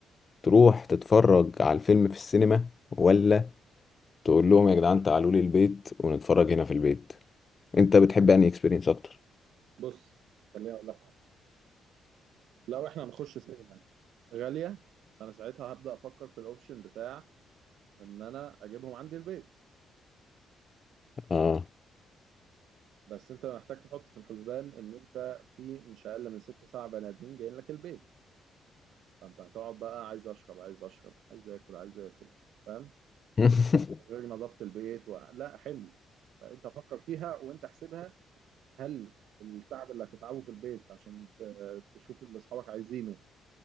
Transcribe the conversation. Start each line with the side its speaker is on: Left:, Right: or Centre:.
Left: تروح تتفرج على الفيلم في السينما ولا تقول لهم يا جدعان تعالوا لي البيت ونتفرج هنا في البيت انت بتحب انهي اكسبيرينس اكتر
Right: بص خليني اقول لك لو احنا هنخش سينما غاليه فانا ساعتها هبدا افكر في الاوبشن بتاع ان انا اجيبهم عندي البيت
Left: اه
Right: بس انت محتاج تحط في الحسبان ان انت في مش اقل من ست سبع بني ادمين جايين لك البيت فانت هتقعد بقى عايز اشرب عايز اشرب عايز اكل عايز اكل فاهم
Left: <laughs>
Right: غير نظافه البيت و... لا حمل فانت فكر فيها وانت احسبها هل التعب اللي هتتعبه في البيت عشان ت- تشوف اللي اصحابك عايزينه